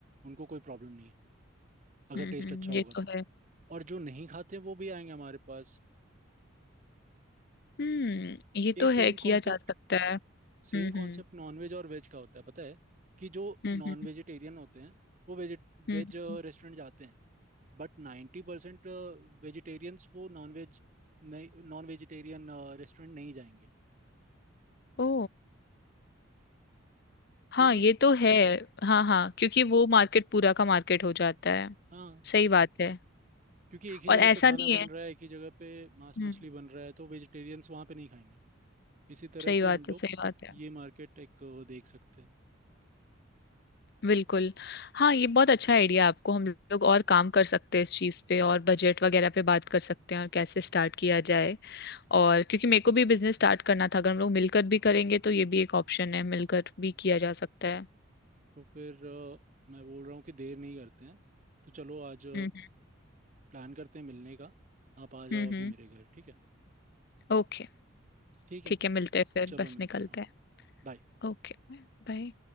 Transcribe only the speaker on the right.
उनको कोई प्रॉब्लम नहीं है अगर
टेस्ट
अच्छा
होगा
तो
और जो नहीं खाते वो भी आएंगे हमारे पास
ये
same
concept
same concept
nonveg और वेज का होता है पता है कि जो
नॉन वेजिटेरियन होते हैं वो वेज
वेज
रेस्टोरेंट जाते हैं बट नाइन्टी परसेंट वेजिटेरियंस वो नॉन वेज नहीं नॉन वेजिटेरियन रेस्टोरेंट नहीं जाएंगे
क्योंकि
हाँ
क्योंकि एक ही
जगह
पे खाना
बन
रहा है एक ही जगह पे मांस
मछली बन रहा है तो वेजिटेरियंस वहाँ पे नहीं खाएंगे इसी तरह
से
हम लोग
ये मार्केट एक अ, देख सकते हैं
तो फिर अ, मैं बोल रहा हूँ कि देर नहीं करते हैं तो चलो आज
प्लान करते हैं मिलने का आप आ
जाओ अभी
मेरे घर ठीक है
ठीक
है,
चलो
मिलते
हैं, आओ,
बाय।